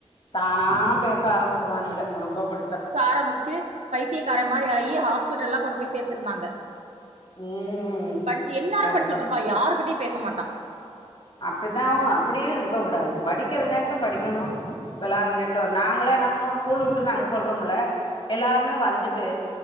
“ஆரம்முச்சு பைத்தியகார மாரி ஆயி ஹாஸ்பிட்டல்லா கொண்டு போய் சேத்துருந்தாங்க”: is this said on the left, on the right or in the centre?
Right